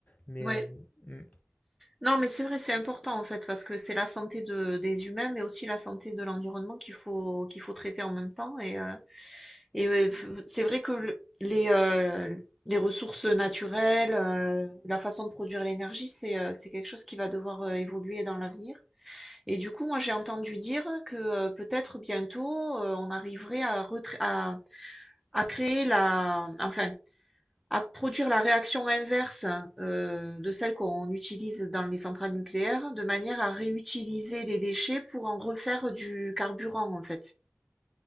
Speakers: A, on the left (about 30°); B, in the centre.
A: Mais,
B: ouais.
A: euh, mm.
B: Non, mais c'est vrai, c'est important en fait, parce que c'est la santé de des humains, mais aussi la santé de l'environnement qu'il faut qu'il faut traiter en même temps et heu Et ouais, f- c'est vrai que le- les, euh, les ressources naturelles, euh, la façon de produire l'énergie, c'est euh, c'est quelque chose qui va devoir euh, évoluer dans l'avenir. Et du coup, moi, j'ai entendu dire que euh, peut-être bientôt, euh, on arriverait à, retra- à, à créer la, enfin, à produire la réaction inverse euh, de celle qu'on utilise dans les centrales nucléaires, de manière à réutiliser les déchets pour en refaire du carburant, en fait.